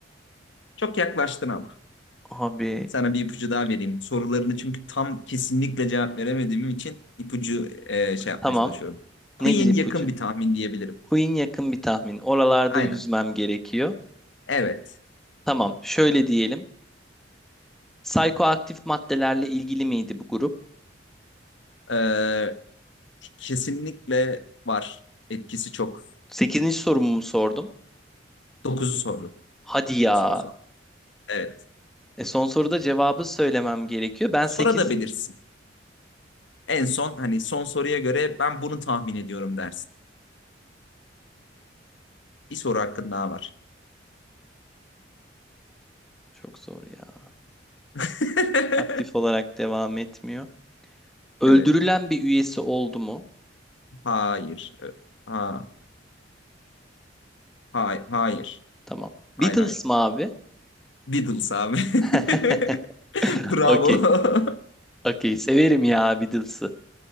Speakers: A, on the left; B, in the centre.
A: Çok yaklaştın ama.
B: Abi
A: Sana bir ipucu daha vereyim. Sorularını çünkü tam kesinlikle cevap veremediğim için ipucu e, şey yapmaya
B: Tamam.
A: çalışıyorum. Queen
B: Nedir ipucu?
A: yakın bir tahmin diyebilirim.
B: Queen yakın bir tahmin. Oralarda
A: Aynen.
B: yüzmem gerekiyor.
A: Evet.
B: Tamam. Şöyle diyelim. Psikoaktif maddelerle ilgili miydi bu grup?
A: Ee, kesinlikle var. Etkisi çok.
B: Sekizinci sorumu mu sordum?
A: Dokuzu sordu.
B: Hadi ya.
A: Son soru. Evet.
B: E son soruda cevabı söylemem gerekiyor. Ben
A: Sonra
B: sekiz
A: da bilirsin. En son hani son soruya göre ben bunu tahmin ediyorum dersin. Bir soru hakkın daha var.
B: Çok zor ya.
A: <laughs>
B: Aktif olarak devam etmiyor. Öldürülen
A: Evet.
B: bir üyesi oldu mu?
A: Hayır. Evet. Ha, hay, hayır.
B: Tamam. Beatles
A: Hayır hayır.
B: mı abi?
A: Beatles abi.
B: <laughs>
A: <laughs> Bravo.
B: Okey. Okey severim ya Beatles'ı.